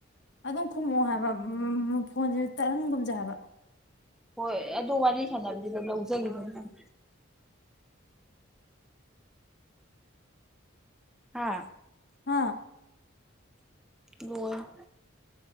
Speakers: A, on the left; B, in the centre.
A: ꯑꯗꯨꯝ ꯈꯨꯝꯃꯣ ꯍꯥꯏꯕ ꯐꯣꯟꯖꯦ ꯇꯠꯍꯟꯒꯨꯝꯖꯦ ꯍꯥꯏꯕ
B: ꯍꯣꯏ ꯑꯗꯨ ꯋꯥꯔꯤ ꯁꯥꯟꯅꯕꯗꯤ ꯂꯧ ꯂꯧꯖꯒꯤꯖꯅꯤ ꯍꯥ
A: ꯍꯥ
B: ꯂꯣꯏꯔꯦ